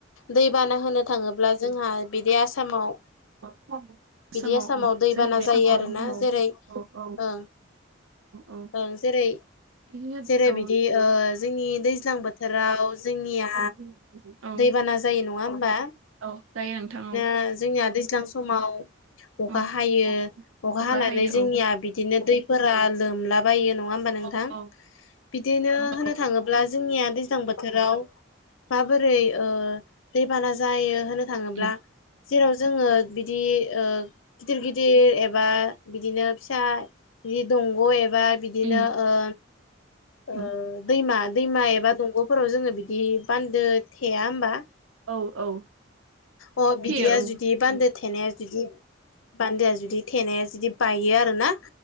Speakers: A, on the left (about 75°); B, on the right (about 80°).
A: दै बाना होनो थाङोब्ला जोंहा बिदि आसामाव
B: आसामाव
A: बिदि आसामाव
B: उम
A: दैबाना
B: जोंनि बे आसामाव
A: जायो आरोना
B: आरो औ
A: जेरै
B: औ औ
A: ओ
B: औ
A: ओं जेरै
B: बिदिनो
A: जेरै
B: औ
A: बिदि ओ जोंनि दै बोथोराव जोंनिया
B: औ औ
A: दैबाना जायो नङा होमबा
B: औ जायो नोंथां औ।
A: ओ जोंनिया दैज्लां समाव अखा
B: अ
A: हायो अखा हानानै
B: हायो
A: जोंनिया
B: औ
A: बिदिनो दैफोरा लोमलाबायो नङा होम बा नोंथां
B: औ औ
A: बिदिनो
B: उम
A: होनो थाङोब्ला जोंनिया दैज्लां बोथोराव माबोरै ओ दैबाना जायो होनो थाङोब्ला
B: उम
A: जेराव जोङो बिदि ओ गिदिर गिदिर एबा बिदिनो फिसा बि दंग' एबा बिदि
B: उम
A: बिदिनो ओ ओ
B: उम
A: दैमा दैमा एबा दंग'फोराव जोङो बिदि बान्दो थेया होमबा
B: औ औ
A: अ बिदिया
B: थैयो औ
A: जुदि बान्दो
B: औ
A: थेनाया जुदि बान्दोआ जुदि थेनाया जुदि बायो आरोना